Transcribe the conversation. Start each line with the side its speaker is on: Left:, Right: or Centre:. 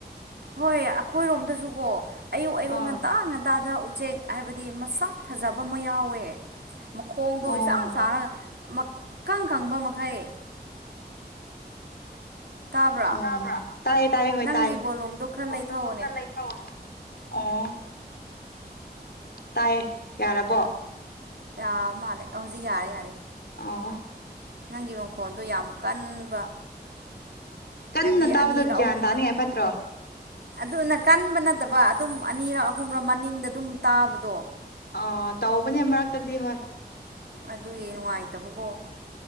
Right: ꯍꯣꯏ ꯑꯩꯈꯣꯏꯔꯣꯝꯗꯁꯨꯀꯣ ꯑꯌꯨꯛ ꯑꯌꯨꯛ
Left: ꯑꯥ
Right: ꯉꯟꯇꯥ ꯉꯟꯇꯥꯗ ꯎꯆꯦꯛ ꯍꯥꯏꯕꯗꯤ ꯁꯥꯛ ꯐꯖꯕ ꯑꯃ ꯌꯥꯎꯋꯦ ꯃꯈꯣꯡꯗꯣ
Left: ꯑꯣ
Right: ꯏꯁꯥꯡ ꯆꯥꯡꯅ ꯀꯪ ꯀꯪꯕ ꯃꯈꯩ ꯇꯥꯕ꯭ꯔꯥ
Left: ꯑꯣ ꯇꯥꯏꯌꯦ ꯇꯥꯏꯌꯦꯦ ꯍꯣꯏ
Right: ꯅꯪꯒꯤ
Left: ꯇꯥꯏꯌꯦ
Right: ꯕꯣꯂꯨꯝꯗꯣ ꯈꯔ
Left: ꯁꯣꯝꯗꯁꯨ
Right: ꯂꯩꯊꯧꯑꯣꯅꯦ
Left: ꯈꯔ ꯂꯩꯊꯑꯣꯅꯦ ꯑꯣ ꯇꯥꯏꯌꯦ ꯌꯥꯔꯕꯣ
Right: ꯑ ꯃꯥꯂꯦ ꯑꯣꯖꯤ ꯌꯥꯔꯦ ꯌꯥꯔꯦ
Left: ꯑꯥ
Right: ꯅꯪꯒꯤ ꯃꯈꯣꯟꯗꯣ ꯌꯥꯝ ꯀꯟꯕ
Left: ꯀꯟꯅ
Right: ꯍꯥꯏꯕꯗꯤ
Left: ꯇꯥꯕꯗꯣ
Right: ꯑꯅꯤꯔꯣ
Left: ꯒ꯭ꯌꯥꯟ
Right: ꯑꯍꯨꯝꯔ
Left: ꯇꯥꯅꯤꯡꯉꯥꯏ ꯐꯠꯇ꯭ꯔꯣ
Right: ꯑꯗꯨꯅ ꯀꯟꯕ ꯅ ꯅꯠꯇꯕ ꯑꯗꯨꯝ ꯑꯅꯤꯔꯛ ꯑꯍꯨꯝꯔ ꯃꯅꯤꯡꯗ ꯑꯗꯨꯝ ꯇꯥꯕꯗꯣ
Left: ꯑꯥ ꯇꯧꯕꯅꯦ ꯃꯔꯛꯇꯗꯤ ꯍꯣꯏ
Right: ꯑꯗꯨꯒꯤ ꯅꯨꯡꯉꯥꯏꯇꯕꯀꯣ